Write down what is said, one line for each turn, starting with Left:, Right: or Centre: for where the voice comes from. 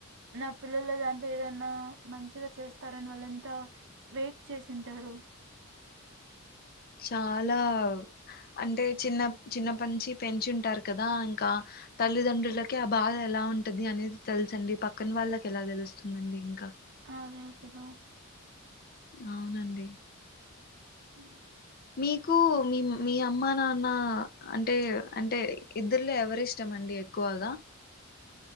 Right: నా పిల్లల్లో దాంట్ ఏదనా మంచిగా చేస్తారని వాళ్ళు ఎంత వెయిట్ చేస్ టుంటారు
Left: చాలా అంటే చిన్న చిన్నప్పటించి పెంచుంటారు కదా ఇంకా తల్లిదండ్రులకె ఆ బాధ ఎలా ఉంటది అనేది తెలుసండి పక్కన వాళ్ళకి ఎలా తెలుస్తుందండి ఇంకా
Right: అ అదే కుద
Left: అవునండి
Right: ఉ
Left: మీకు మీ మీ అమ్మ నాన్న న్నా అంటే అంటే ఇద్దరులో ఎవరి ఇష్టం అండి ఎక్కువగా